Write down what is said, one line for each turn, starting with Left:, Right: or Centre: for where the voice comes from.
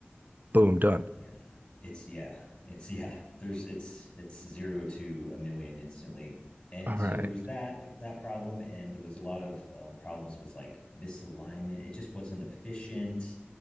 Right: boom, done.
Left: yeah. It's yeah, it's yeah. There's it's it's zero to a million instantly, and
Right: All
Left: so
Right: right.
Left: there was that that problem, and there was a lot of um, problems with like misalignment. It just wasn't efficient.